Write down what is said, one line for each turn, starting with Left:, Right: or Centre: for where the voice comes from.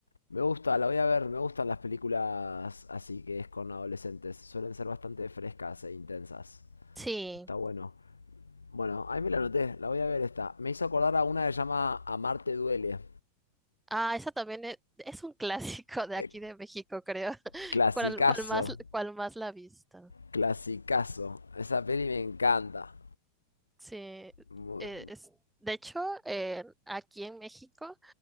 Left: Me gusta, la voy a ver, me gustan las películas así que es con adolescentes. Suelen ser bastante frescas e intensas.
Centre: Sí.
Left: Está bueno. Bueno, ahí me la anoté, la voy a ver esta. Me hizo acordar a una que se llama Amarte duele.
Centre: Ah, esa también es, es un <laughs> clásico de
Left: Eh,
Centre: aquí de México, creo.
Left: clasicazo,
Centre: ¿Cuál, cuál más, cuál más la vista?
Left: clasicazo. Esa peli me encanta.
Centre: Sí, eh,
Left: Muy-
Centre: es, de hecho, eh, aquí en México,